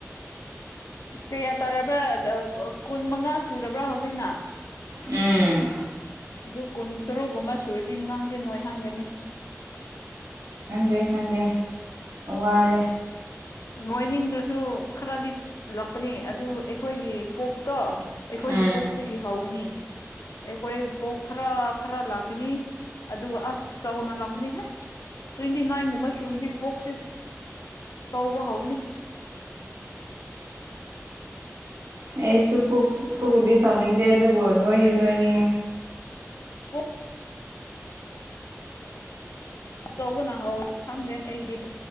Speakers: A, on the left; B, on the right.
A: ꯀꯌꯥ ꯇꯥꯔꯕ꯭ꯔꯥ ꯀꯨꯟ ꯃꯉꯥ ꯁꯨꯔꯕ꯭ꯔꯥ ꯍꯧꯖꯤꯛꯅ
B: ꯎꯝ
A: ꯑꯗꯨ ꯀꯨꯟ ꯇꯔꯨꯛꯒꯨꯝꯕ ꯁꯨꯔꯗꯤ ꯅꯪꯁꯦ ꯅꯣꯏꯍꯟꯒꯅꯤ
B: ꯈꯪꯗꯦ ꯈꯪꯗꯦ ꯋꯥꯔꯦ
A: ꯉꯣꯏꯅꯤꯡꯗ꯭ꯔꯁꯨ ꯈꯔꯗꯤ ꯂꯥꯛꯄꯅꯤ ꯑꯗꯨ ꯑꯩꯈꯣꯏꯒꯤ ꯄꯣꯛꯇꯣ ꯑꯩꯈꯣꯏꯒꯤ
B: ꯎꯝ
A: ꯄꯣꯛꯇꯒꯤ ꯍꯧꯋꯤꯅꯤ ꯑꯩꯈꯣꯏ ꯄꯣꯛ ꯈꯔ ꯈꯔ ꯂꯥꯛꯀꯅꯤ ꯑꯗꯨꯒ ꯑꯁ ꯆꯥꯎꯅ ꯂꯥꯛꯀꯅꯤꯍꯦ ꯇ꯭ꯋꯦꯟꯇꯤ ꯅꯥꯏꯟꯒꯨꯝꯕ ꯁꯨꯔꯗꯤ ꯄꯣꯛꯁꯦ ꯆꯥꯎꯕ ꯍꯧꯕꯅꯤ
B: ꯑꯩꯁꯨ ꯄꯨꯛꯨꯗꯤ ꯆꯥꯎꯅꯤꯡꯗꯦ ꯑꯗꯨꯕꯨ ꯅꯣꯏꯗꯤ ꯅꯣꯏꯅꯤꯡꯉꯦ
A: ꯄꯨ ꯇꯧꯕꯅ ꯍꯧ ꯈꯪꯗꯦ ꯑꯩꯒꯤꯗꯤ